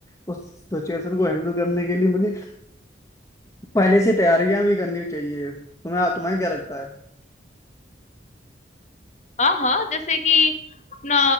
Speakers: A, on the left (about 20°); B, on the left (about 40°).
A: उस सिचुएशन को हैंडल करने के लिए मुझे पहले से तैयारियां भी करनी चाहिए तुम्हें तुम्हें क्या लगता है
B: हाँ, हाँ, जैसे कि अपना